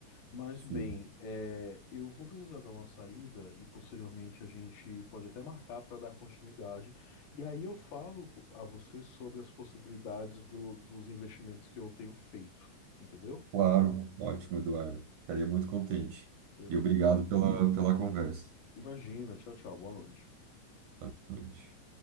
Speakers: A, on the left; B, on the right.
A: Mas
B: Sim.
A: bem, é, eu vou precisar dar uma saída e posteriormente a gente pode até marcar para dar continuidade. E aí eu falo co- a você sobre as possibilidades do- dos investimentos que eu tenho feito, entendeu?
B: Claro. Ótimo, Eduardo. Ficaria muito contente.
A: Beleza.
B: E obrigado pela, pela conversa.
A: Imagina, tchau, tchau, boa noite.
B: Boa noite.